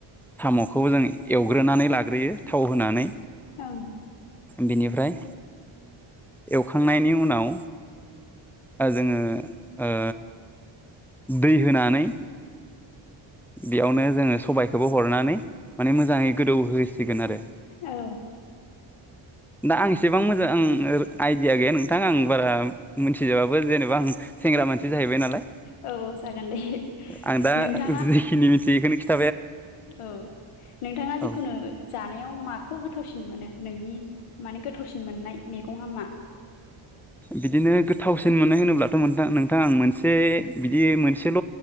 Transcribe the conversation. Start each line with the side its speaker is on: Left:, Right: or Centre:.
Centre: साम' खौ जों एवग्रोनानै लाग्रोयो थाव होनानै।
Left: औं
Centre: बेनिफ्राय एवखांनायनि उनाव ओ जोङो ओ दै होनानै बेयावनो जोङो सबायाइखौबो हरनानै माने मोजाङै गोदौहोसिगोन आरो
Left: औ
Centre: दा आं एसेबां मोजां ओ आइदिया गैया नोंथां आं बारा मिथिजोबाबो जेनेबा आं सेंग्रा मानसि जाहैबाय नालाय।
Left: औ औ जागोन दे
Centre: आं दा
Left: नोंथां।
Centre: जिखिनि मिथि बेखखौनो खिथा
Left: औ नोंथाङा जिखुनु
Centre: औ
Left: जानायाव माखौ गोथावसिन मोनो। नोंनि माने गोथावसिन मोननाय मैगंआ मा।
Centre: बिदिनो गोथावसिन मोनो होनोब्लाथ' नोंथां आं मोनसे बिदि मोनसेल